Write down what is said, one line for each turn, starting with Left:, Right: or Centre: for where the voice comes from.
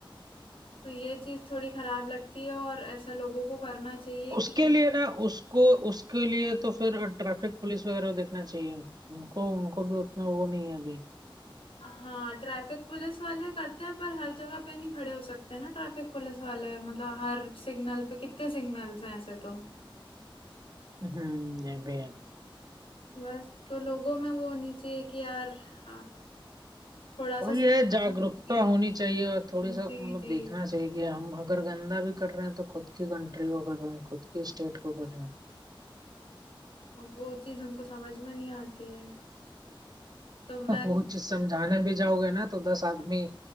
Left: तो ये चीज थोड़ी खराब लगती है और ऐसा लोगों को करना चाहिए
Right: उसके
Left: कि
Right: लिए ना उसको उसके लिए तो फिर ट्रैफिक पुलिस वगैरह को देखना चाहिए उनको उनको भी उतना वो नहीं है अभी
Left: हाँ ट्रैफिक पुलिस वाले करते हैं पर हर जगह पे नहीं खड़े हो सकते ना ट्रैफिक पुलिस वाले मतलब हर सिग्नल पे कितने सिग्नल्स हैं ऐसे तो
Right: हम्म ये भी है
Left: बस तो लोगों में वो होनी चाहिए कि यार हाँ, थोड़ा सा
Right: और
Left: सही
Right: ये जागरूकता
Left: होना चाहिए
Right: होनी चाहिए और थोड़ी
Left: जी
Right: सा मतलब
Left: जी
Right: देखना चाहिए कि हम अगर गंदा भी कर रहे हैं तो खुद की कंट्री को कर रहे हैं खुद की स्टेट को कर रहे हैं
Left: वो चीज उनको समझ में नहीं आती है तो मैं
Right: वो चीज समझाने भी जाओगे ना तो दस आदमी